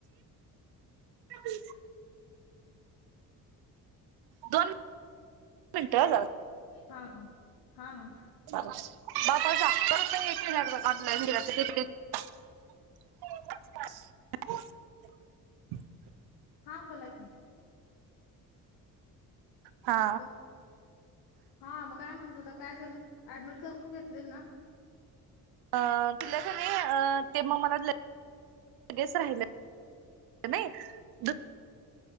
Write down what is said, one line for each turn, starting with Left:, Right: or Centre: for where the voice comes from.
Right: <inaudible> दोन मिनटं जरा
Left: हा हा हा हा
Right: बापातर रुप येत ऑनलाईन त <unintelligible>
Left: हा बोला की
Right: हा
Left: हॅलो. हा मग काय म्हणत होता काय झालं ऍडमिट करून घेतलेल ना
Right: अ तिला का नाही अ ते मग मला सगळेच राहिलें त नाही द